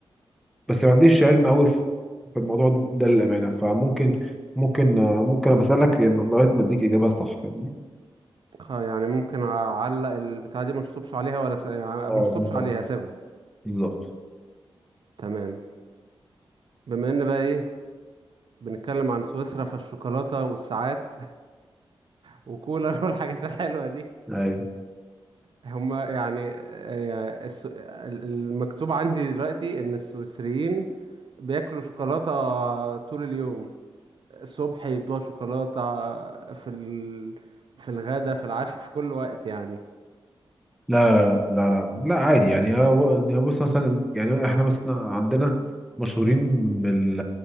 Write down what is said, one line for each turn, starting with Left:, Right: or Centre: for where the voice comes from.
Centre: بس ما عنديش علم قوي في في الموضوع ده للأمانة فممكن ممكن آه، ممكن أنا بسألك يعني لغاية ما أديك إجابة صح فاهمني
Right: خ- يعني ممكن اعلق البتاعة دي ما اشطبش عليها ولا س... يعني
Centre: اه
Right: ما اشطبش
Centre: بالظبط
Right: عليها اسيبها
Centre: بالظبط
Right: تمام بما ان بقى ايه بنتكلم عن سويسرا فالشوكولاتة والساعات وكولا <laughs> والحاجات الحلوة دي
Centre: أي
Right: هما يعني آه، الس- ال- المكتوب عندي دلوقتي ان السويسريين بياكلوا شوكولاتة طول اليوم الصبح يدوها شوكولاتة في ال... في الغدا في العشاء في كل وقت يعني
Centre: لا لا لا لا لا لا عادي يعني هو- يعني بص مثلا يعني إحنا مثلا عندنا مشهورين بال